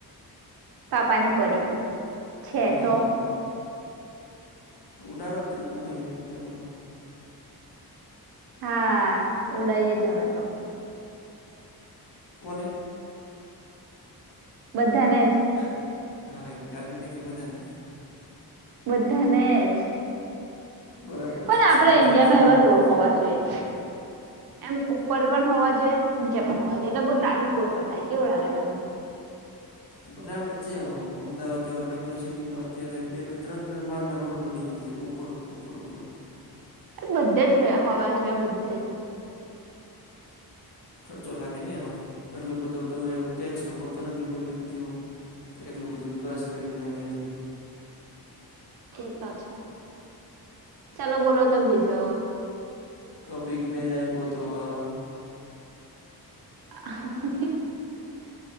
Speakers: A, on the right; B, on the left.
A: પાપા ની પરી. છે
B: હા,
A: તો
B: તો ઉડારો જ ને તમે, યાર, બધા લોકો.
A: હા, ઉડાઈએે અમે તો.
B: કોને.
A: બધાને જ.
B: ગા હા એમ ગાડીને કે બધાને.
A: બધાને છે.
B: બરાબર
A: પણ
B: છે
A: આપડે
B: સૌનો
A: ઈન્ડિયામાં
B: સાથ સૌનો
A: એવા
B: વિકાસ
A: રોડ હોવા જોઈએ. એમ ઉપર પણ હોવા જોઈએ નીચે પણ હોવા જોઈએ એટલે બહુ ટ્રાફિક ઓછો થાય કેવું લાગે તમને?
B: તો બનાવે છે અમદાવાદ જેવા મેટ્રો સિટીમાં અત્યારે બે બે ત્રણ ત્રણ માળના રોડ બની ગયા છે ઉપર. અરપર ઉપર.
A: બધે જ હવા જોઈએ બધે જ.
B: ખર્ચો લાગે ને એમાં એટલો બધો તમે ટેક્સ તો ભરતા નથી કોઈ વ્યક્તિઓ. તો એટલોું બધું વિકાસ કરીને આવએ જએ.
A: એતો છે. ચાલો બોલો ત ભેજો.
B: ટોપિક મેદ અઈ પોતોવા.
A: <unintelligible>